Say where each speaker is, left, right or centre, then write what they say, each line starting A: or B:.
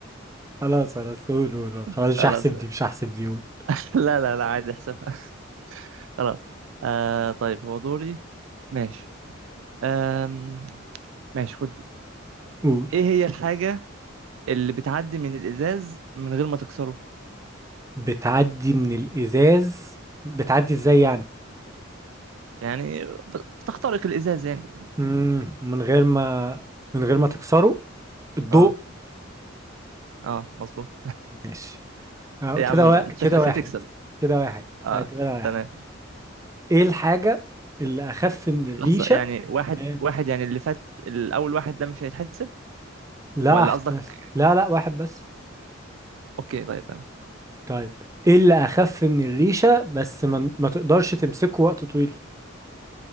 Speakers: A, on the right; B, on the right.
A: خلاص خلاص قول قول قول.
B: <laughs>
A: خلاص مش
B: خلاص
A: هحسب
B: ماشي.
A: دي مش هحسب دي قول
B: <laughs> لا لا لا عادي احسبها خلاص آه طيب هو دوري ماشي آم ماشي خد دي.
A: قول
B: ايه هي الحاجة اللي بتعدي من الإزاز من غير ما تكسره
A: بتعدي من الازاز بتعدي ازاي يعني
B: يعني ب- بتخترق الإزاز يعني
A: مم. من غير ما من غير ما تكسره الضوء
B: اه اه مظبوط
A: ماشي اه
B: <laughs> يا
A: كده
B: عم
A: وا...
B: انت
A: كده
B: شكلك
A: واحد
B: هتكسب
A: كده واحد
B: اه
A: اعتبرها واحد
B: تمام
A: ايه الحاجة اللي اخف من الريشة
B: لحظة يعني واحد
A: إيه؟
B: واحد يعني اللي فات الأول واحد ده مش هيتحسب
A: لا
B: ولا
A: أحسن.
B: قصدك
A: لا لا واحد بس
B: اوكي طيب تمام
A: طيب ايه اللي اخف من الريشة بس ما, ما تقدرش تمسكه وقت طويل